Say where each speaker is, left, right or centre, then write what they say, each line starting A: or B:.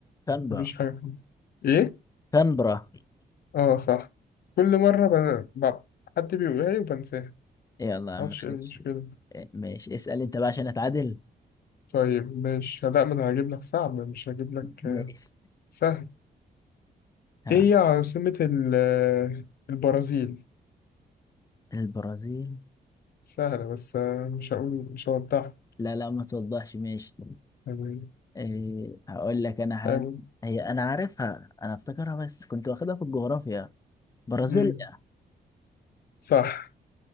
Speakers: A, on the left (about 20°); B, on the left (about 70°).
A: كانبرا
B: مفيش حاجة فيه. ايه
A: كانبرا
B: اه صح كل مرة ب... ب... حد بيقولها لي وبنساها
A: يلا
B: معرفش
A: معلش
B: ايه المشكلة
A: ماشي اسأل انت بقى عشان اتعادل
B: طيب مش لا ما انا هجيب لك صعب مش هجيب لك
A: ماشي
B: آه، سهل
A: ها
B: ايه هي عاصمة ال... آه، البرازيل
A: البرازيل
B: سهلة بس آه، مش هقول مش هوضحها
A: لا لا ما توضحش ماشي
B: يعني
A: إيه هقول لك انا حاجة
B: فاهم؟
A: هي انا عارفها انا افتكرها بس كنت واخدها في الجغرافيا برازيليا
B: مم. صح